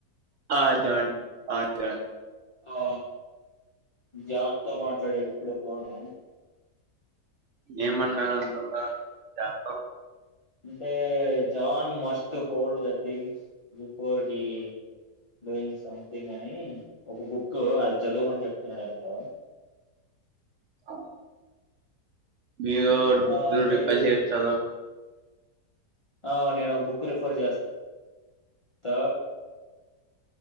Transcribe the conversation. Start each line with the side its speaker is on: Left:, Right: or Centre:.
Right: ఆ జాన్ అ జాన్
Left: ఆ జాన్ త మాట్లాడాడు ఇప్పుడ పోనా
Right: ఎమ్మనడు అంటున్నావ్ జత <unintelligible>
Left: అంటే John must hold the things before he doing something అని ఒక బుక్ అది చదువమని చెప్తున్నాడు అంటా
Right: ఓ మీరు ఒకటి బుక్కుని
Left: ఆ మీరు
Right: రిఫర్ చేయొచ్చు
Left: ఇన్-
Right: కదా
Left: ఆ నేనొక బుక్ రిఫర్ చెస్ త